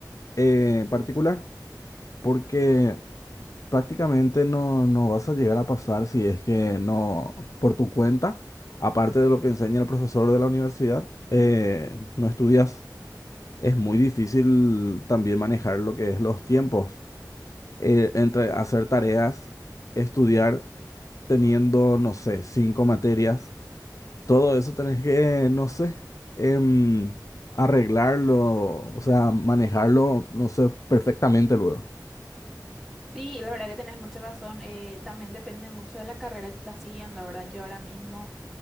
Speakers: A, on the left (about 45°); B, in the centre.
A: eh, particular, porque prácticamente no, no vas a llegar a pasar si es que no por tu cuenta, aparte de lo que enseña el profesor de la universidad, eh, no estudias. es muy difícil también manejar lo que es los tiempos. Eh, entre hacer tareas, estudiar teniendo, no sé, cinco materias, todo eso tenés que, no sé, em, arreglarlo, o sea, manejarlo, no sé, perfectamente luego.
B: Sí, la verdad que tenés mucha razón. eh, también depende mucho de la carrera que estás siguiendo, ¿verdad? Yo ahora mismo